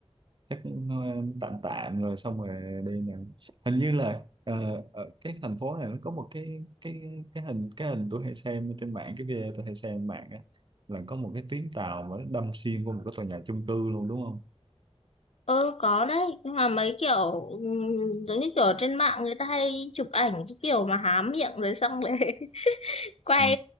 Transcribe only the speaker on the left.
ừ có đấy nhưng mà mấy kiểu ừm, giống như kiểu ở trên mạng người ta hay chụp ảnh cái kiểu mà há miệng rồi xong rồi <laughs> quay